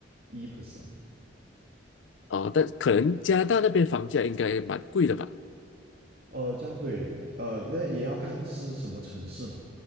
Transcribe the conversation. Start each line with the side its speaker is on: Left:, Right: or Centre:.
Right: 一 percent。
Left: 哦，但可能加拿大那边房价应该蛮贵的吧？
Right: 呃，这样对，呃，那也要看是什么城市嘛，